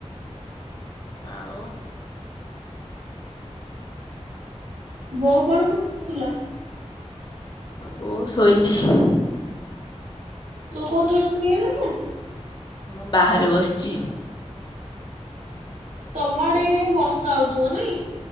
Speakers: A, on the left; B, on the right.
A: ଆଉ
B: ବୋଉ କଣ କରୁଥୁଲା?
A: ଆ ବଉ ଶୋଇଛି।
B: ତୁ କୋଉଠି ଅଛୁ କି ଏଇନାକେ?
A: ମୁଁ ବାହାରେ ବସିଛି।
B: ତମ ଆଡେ ଏଇନାକେ ବର୍ଷା ହଉଥିବ ନାଇଁ।